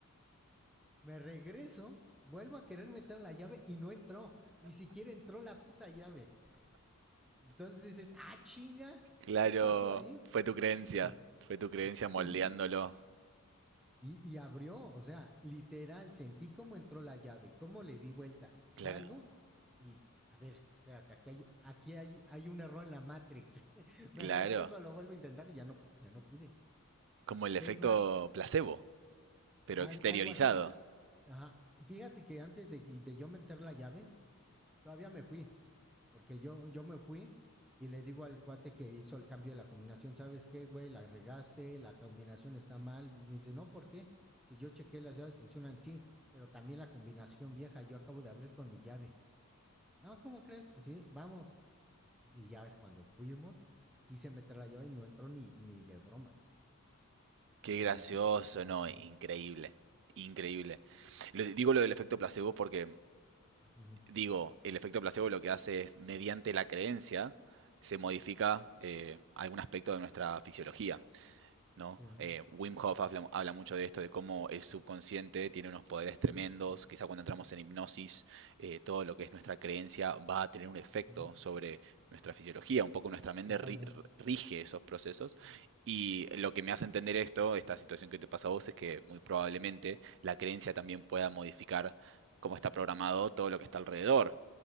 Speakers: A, in the centre; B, on the right.
A: Me regreso, vuelvo a querer meter la llave y no entró. Ni siquiera entró la puta llave. Entonces dices, ah, chinga,
B: Claro,
A: ¿qué pasó ahí?
B: fue tu creencia,
A: <laughs>
B: fue tu creencia
A: sí.
B: moldeándolo.
A: Y, y abrió, o sea, literal, sentí cómo entró la llave, cómo le di vuelta. Salgo
B: Claro,
A: y, a ver, espérate, aquí hay, aquí hay, hay un error en la Matrix. <laughs>
B: claro.
A: Me regreso, lo vuelvo a intentar y ya no, ya no pude.
B: Como el efecto
A: Es más,
B: placebo, pero
A: al-
B: exteriorizado.
A: algo así. Ajá. Fíjate que antes de, de yo meter la llave, todavía me fui. Porque yo, yo me fui y le digo al cuate que hizo el cambio de la combinación, ¿sabes qué, güey? La regaste, la combinación está mal. Me dice, no, ¿por qué? Si yo chequé las llaves funcionan, sí, pero también la combinación vieja, yo acabo de abrir con mi llave. No, ¿cómo crees? Sí, vamos. Y ya es cuando fuimos, quise meter la llave y no entró ni, ni de broma.
B: Qué
A: Entonces
B: gracioso,
A: dije, ah, cabrón.
B: no, increíble, increíble. Lo- digo lo del efecto placebo porque,
A: Ujú,
B: digo, el efecto placebo lo que hace es, mediante la creencia, se modifica eh, algún aspecto de nuestra fisiología. ¿no?
A: Sí,
B: Eh, Wim Hof habla, habla mucho de esto, de cómo el subconsciente tiene unos poderes tremendos, quizá cuando entramos en hipnosis, eh, todo lo que es nuestra creencia va a tener un efecto
A: ujú,
B: sobre nuestra fisiología, un poco nuestra mente
A: totalmente.
B: ri- rige esos procesos y lo que me hace entender esto, esta situación que te pasa a vos, es que muy probablemente la creencia también pueda modificar cómo está programado todo lo que está alrededor,